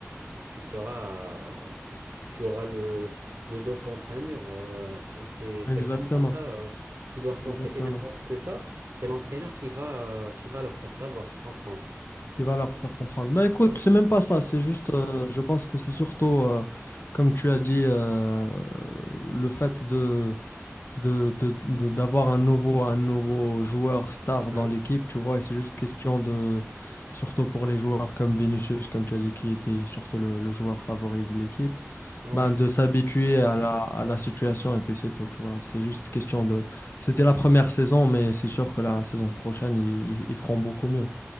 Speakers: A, on the right (about 55°); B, on the left (about 50°).
A: Donc tu seras, euh, tu, tu- tu auras le, le dos contre un mur. euh, c'est c'est- c'est
B: Exactement,
A: vraiment à ça euh, qu'ils doivent penser.
B: exactement.
A: Et je pense que ça, c'est l'entraîneur qui va, euh, qui va leur faire savoir, comprendre.
B: Il va leur faire comprendre. Bah écoute,
A: Ouais,
B: c'est même pas ça, c'est juste, euh, je pense que c'est surtout, euh, comme tu as dit, euh, euh, le fait de, de, de- de- d'avoir un nouveau, un nouveau joueur star
A: ouais,
B: dans l'équipe, tu vois, et c'est juste question de, surtout pour les joueurs comme Vinicius, comme tu as dit, qui était surtout le, le joueur favori de l'équipe,
A: ouais,
B: ben
A: exactement.
B: de s'habituer à la, à la situation et puis c'est tout, tu vois. C'est juste question de... C'était la première saison, mais c'est sûr que la saison prochaine, ils ils- ils feront beaucoup mieux.